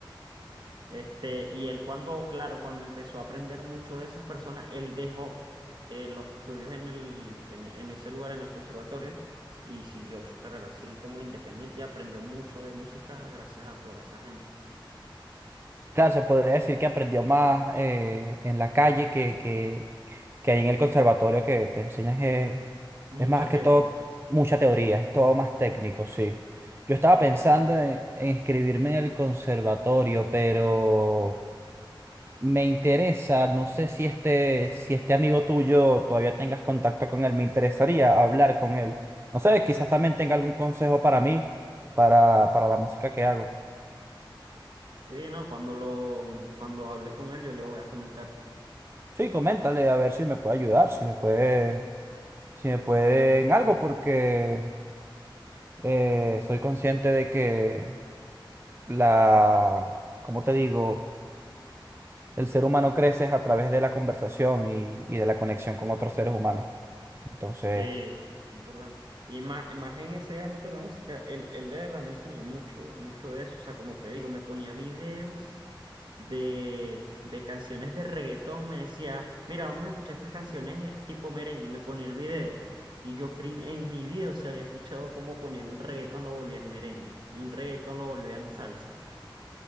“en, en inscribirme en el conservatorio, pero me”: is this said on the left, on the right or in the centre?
Right